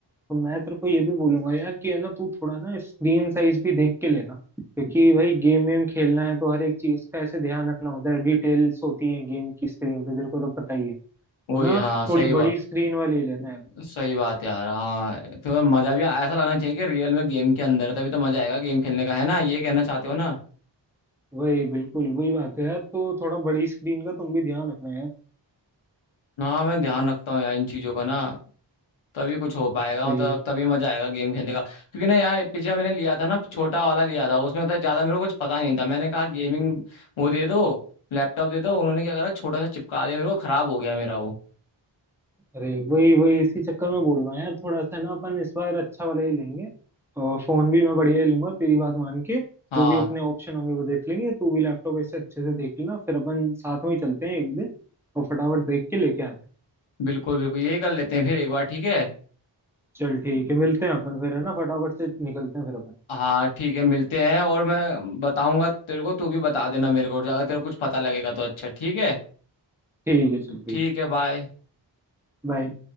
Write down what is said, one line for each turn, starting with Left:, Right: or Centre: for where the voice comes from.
Centre: तो मैं तेरे को ये भी बोलूंगा यार कि है ना तू थोड़ा ना स्क्रीन साइज भी देख के लेना क्योंकि भाई गेम वेम खेलना है तो हर एक चीज का ऐसे ध्यान रखना होता है डिटेल्स होती है गेम की स्क्रीन पे तेरे को तो पता ही है तो
Left: वही
Centre: ना
Left: हाँ सही
Centre: थोड़ी बड़ी
Left: बात
Centre: स्क्रीन वाली ही लेना है
Left: सही बात यार हाँ तो मजा भी ऐसा लगना चाहिए कि रियल में गेम के अंदर है तभी तो मजा आएगा गेम खेलने का है ना ये कहना चाहते हो ना
Centre: वही बिल्कुल वही बात है यार तो थोड़ा बड़ी स्क्रीन का तुम भी ध्यान रखना यार
Left: ना मैं ध्यान रखता हूँ यार इन चीज़ों का ना तभी कुछ हो पाएगा
Centre: सही
Left: मतलब
Centre: है
Left: तभी मजा आएगा गेम खेलने का क्योंकि ना यार पीछे मैंने लिया था ना छोटा वाला लिया था उसमें तो ज्यादा मेरे को कुछ पता नहीं था मैंने कहा गेमिंग वो दे दो लैपटॉप दे दो उन्होंने क्या करा छोटा सा चिपका दिया मेरे को खराब हो गया मेरा वो
Centre: अरे वही वही इसी चक्कर में बोल रहा हूँ यार थोड़ा सा ना अपन इस बार अच्छा वाला ही लेंगे और फोन भी मैं बढ़िया ही लूंगा तेरी बात मान के
Left: हाँ
Centre: जो भी अपने ऑप्शन होंगे वो देख लेंगे तू भी लैपटॉप ऐसे अच्छे से देख लेना फिर अपन साथ में ही चलते हैं एक दिन और फटाफट देख के लेके आते हैं
Left: बिल्कुल बिल्कुल यही कर लेते हैं फिर एक बार ठीक है
Centre: चल ठीक है मिलते हैं अपन फिर है ना फटाफट से निकलते हैं फिर अपन
Left: हाँ ठीक है मिलते हैं और मैं बताऊंगा तेरे को तू भी बता देना मेरे को अगर तेरे को कुछ पता लगेगा तो अच्छा ठीक है
Centre: ठीक है चल ठीक
Left: ठीक है बाय
Centre: बाय